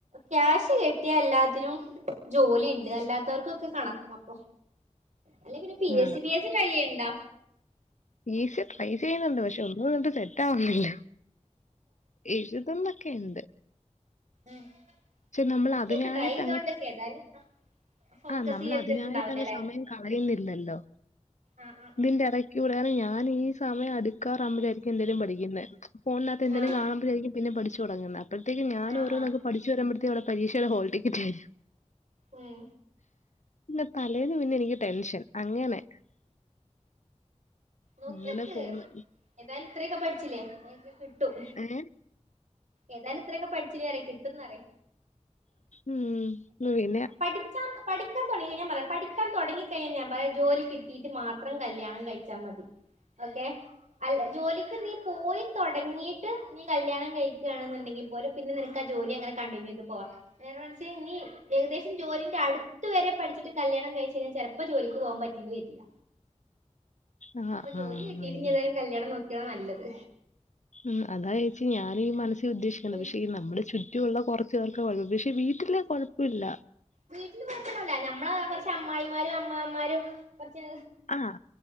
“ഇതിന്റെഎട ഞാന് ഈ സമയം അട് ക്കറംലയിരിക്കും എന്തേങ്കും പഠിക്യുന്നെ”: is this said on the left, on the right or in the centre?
Left